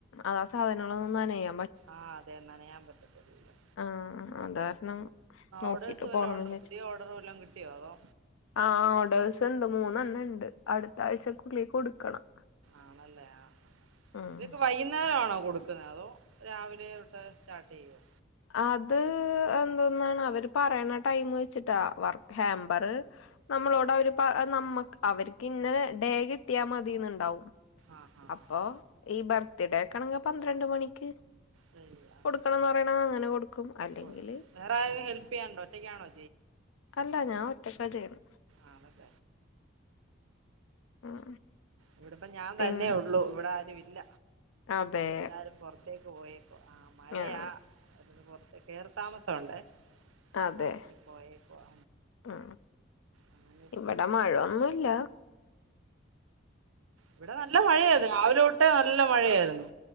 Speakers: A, on the left (about 80°); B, on the right (about 85°).
A: ആ സാധനങ്ങളും നനയും
B: ആഹ് അതെ നനയാൻ പറ്റത്തില്ലല്ലോ
A: ആ അത് കാരണം നോക്കിട്ട്
B: ഓർഡേഴ്സ് വല്ലോം
A: പോണം എന്നു
B: ഉണ്ടോ
A: വിചാരിച്ചു
B: പുതിയ ഓർഡർ വല്ലോം കിട്ടിയോ അതോ
A: ആ <unintelligible> ണ്ട് മൂന്നെണ്ണണ്ട് അടുത്ത ആഴ്ചക്കുള്ളി കൊടുക്കണം
B: ആണല്ലേ ആ
A: ഉം
B: ഇതൊക്കെ വൈകുന്നേരം ആണോ കൊടു അതോ രാവിലേ തൊട്ട് സ്റ്റാർട്ട് ചെയ്യോ
A: അത് എന്തോന്നാണ് അവര് പറയണ ടൈം വെച്ചിട്ട വർ ഹാമ്പർ നമ്മളോട് അവര് പ നമ്മക്ക് അവർക്കിന്ന ഡേ കിട്ടിയാ മതിന്നുണ്ടാവും
B: ആഹ് ആഹ്
A: അപ്പൊ
B: ആഹ്
A: ഈ ബർ <unintelligible> പന്ത്രണ്ട് മണിക്ക്
B: ചെയ്യാ
A: കൊടുക്കണംന്ന്
B: അല്ലെ
A: പറയ് ണെ അങ്ങനെ കൊട്ക്കും അല്ലെങ്കിൽ
B: കൊടുക്കും വേറെ ആരെലും ഹെൽപ്പ് ചെയ്യാനുണ്ടോ ഒറ്റയ്ക്കാണോ
A: അല്ല ഞാൻ ഒറ്റ ചെയ്യ്ണെ
B: ആളെ ത
A: ഉം
B: ഇവിടെപ്പ ഞാൻ
A: പിൻ
B: തന്നെ ഒള്ളു ഇവിടെ ആരും ഇല്ല
A: അതെ
B: എല്ലാരും പൊറത്തേക്ക് പോയേക്കുവാ ആ മഴയാ
A: ആഹ്
B: പൊറത്ത് കേറി താമസം ഉണ്ടേ
A: അതെ
B: അപ്പ അങ്ങനെ പോയേക്കുവാ
A: മ്
B: അങ്ങനെ ഇരിക്കുന്നു
A: ഇവിടെ മഴൊന്നുയില്ല
B: ഇവിടെ നല്ല മഴയായിരുന്നു രാവിലെ തൊട്ടേ നല്ല മഴയായിരുന്നു